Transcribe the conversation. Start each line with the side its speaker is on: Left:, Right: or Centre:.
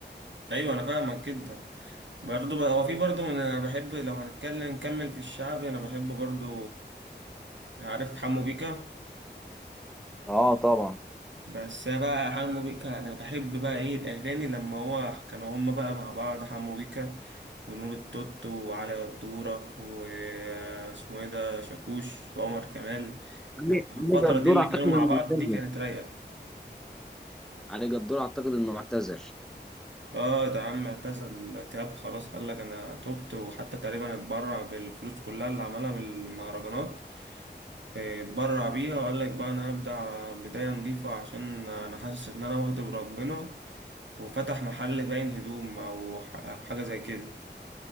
Right: أيوة أنا فاهمك جدا برضه بقى هو في برضه أنا بحب لو هنتكلم نكمل في الشعب أنا بحب برضه عارف حمو بيكا
Centre: اه طبعا
Right: بس أنا بقى حمو بيكا انا بحب بقى ايه الاغاني لما هو كانوا هما بقى مع بعض حمو بيكا ونور التوت وعلي قدورة واسمه ايه ده شاكوش وعمر كمال
Centre: علي
Right: لما الفترة
Centre: علي جدور
Right: دي اللي
Centre: اعتقد
Right: كانوا مع
Centre: انه
Right: بعض
Centre: اعتزل
Right: دي كانت رايقة
Centre: علي جدور اعتقد انه اعتزل
Right: اه ده عم اعتزل تياب خلاص قال لك انا تبت وحتى تقريبا اتبرع بالفلوس كلها اللي عملها من المهرجانات آه، اتبرع بيها وقال لك بقى انا هبدأ على بداية نظيفة عشان انا حاسس ان انا واخد بربنا وفتح محل باين هدوم او ح- أو حاجه زي كده